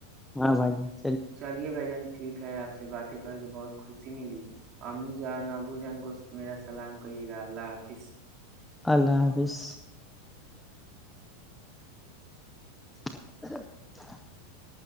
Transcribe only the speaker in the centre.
ہاں بھائی ج
اللہ حافظ <inaudible>